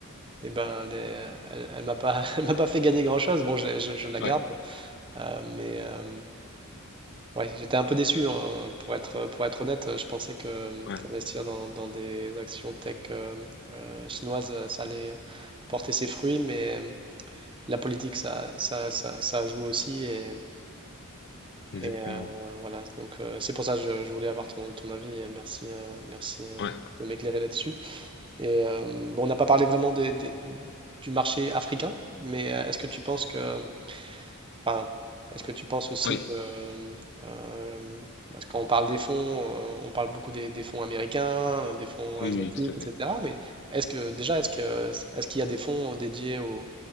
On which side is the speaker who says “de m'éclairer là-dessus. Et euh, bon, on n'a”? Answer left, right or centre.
Right